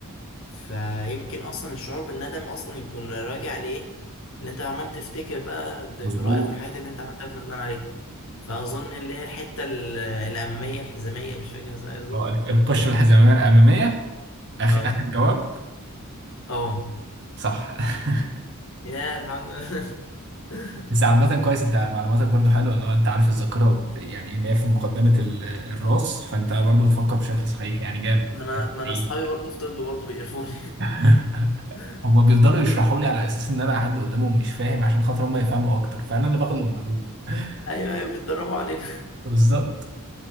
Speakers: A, on the left; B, on the right.
A: فيمكن أصلا الشعور بالندم أصلا يكون راجع لإيه اللي أنت عمال تفتكر بقى الذكريات
B: مظبوط
A: والحاجات اللي أنت عملتها فندمان عليها فأظن اللي هي الحتة ال- الأمامية الحزامية مش فاكر إزاي بالظبط
B: اه ال- القشره الحزاميه الاماميه اخر
A: أه
B: اخر جواب
A: أه
B: صح <laughs>
A: يا الحمد لله <laughs>
B: بس عامه كويس انت معلوماتك برضو حلوه لو انت عارف الذاكره قد- يعني ان هي في مقدمه ال- الراس فانت برضو تفكر بشكل صحيح يعني جامد
A: ما أنا
B: جامد
A: ما
B: حقيقي.
A: أنا أصحابي برضو في طب برضو بيقرفوني
B: <laughs>
A: <laughs>
B: هما بيفضلوا يشرحوا لي على اساس ان انا حد قدامهم مش فاهم عشان خاطر هما يفهموا اكتر فانا اللي باخد المعلومه <laughs>
A: ايوه ايوه بيتدربوا علينا
B: بالظبط